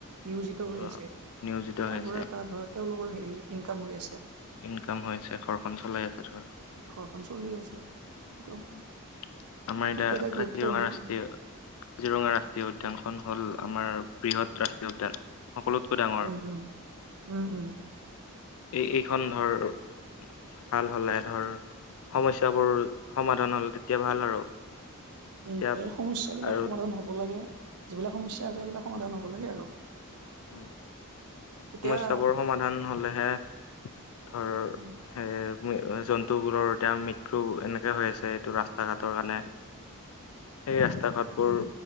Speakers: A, on the right (about 85°); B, on the left (about 70°).
A: নিয়োজিত হৈ
B: অ',
A: আছে,
B: নিয়োজিত
A: তাৰ
B: হৈ আছে
A: পৰা এটা ধৰ তেওঁলোকৰ হেৰি ইনকাম হৈ আছে।
B: ইনকাম হৈ আছে ঘৰখন চলাই আছে ধৰ।
A: ঘৰখন চলি আছে সেইটো,
B: উম, আমাৰ
A: সেইটো
B: এতিয়া
A: এটা
B: কাজিৰঙা
A: গুৰুত্বপূৰ্ণ
B: ৰাষ্ট্ৰীয় কাজিৰঙা ৰাষ্ট্ৰীয় উদ্যানখন হ'ল আমাৰ বৃহৎ ৰাষ্ট্ৰীয় উদ্যান। সকলোতকৈ ডাঙৰ
A: উম, উম, উম, উম।
B: এই এইখন ধৰ, ভাল হ'লে ধৰ সমস্যাবোৰ সমাধান হ'লে তেতিয়া ভাল আৰু। এতিয়া
A: উম, সেই সমস্যাবিলাক
B: আৰু
A: সমাধান হব লাগে, যিবিলাক সমস্যা আছে সেইবিলাক সমাধান হ'ব <unintelligible> আৰু।
B: উম,
A: এতিয়া
B: সমস্যাবোৰ সমাধান হ'লেহে ধৰ
A: উম
B: সেই <unintelligible> জন্তুবোৰৰ এতিয়া মৃত্যু এনেকে হৈ আছে এইটো ৰাস্তা ঘাটৰ কাৰণে। সেই ৰাস্তা ঘাটবোৰ
A: উম